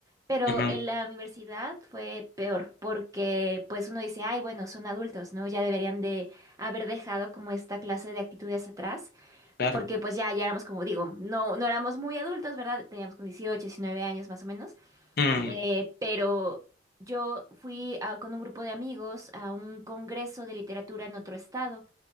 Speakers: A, on the right; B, on the left.
A: pero
B: Ujú,
A: en la universidad fue peor, porque pues uno dice, ay, bueno, son adultos, ¿no? Ya deberían de haber dejado como esta clase de actitudes atrás,
B: claro.
A: porque pues ya, ya éramos como digo, no, no éramos muy adultos, ¿verdad? Teníamos como 18 19 años más o menos,
B: Mm,
A: eh, pero yo fui a- con un grupo de amigos a un congreso de literatura en otro estado.